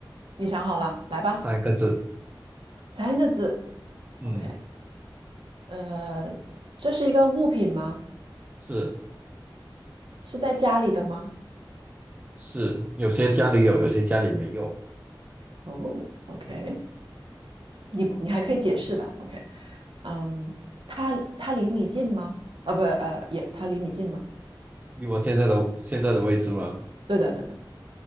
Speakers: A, on the right (about 80°); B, on the right (about 20°).
A: 你想好了，来吧。
B: 三个字。
A: 三个字。
B: 嗯，
A: OK。呃，这是一个物品吗？
B: 是
A: 是在家里的吗？
B: 是，有些家里有，有些家里没有。
A: 哦，OK。你不你还可以解释的。OK。嗯，它它离你近吗？啊，不，呃，也，它离你近吗？
B: 以我现在的现在的位置嘛，
A: 对的对的，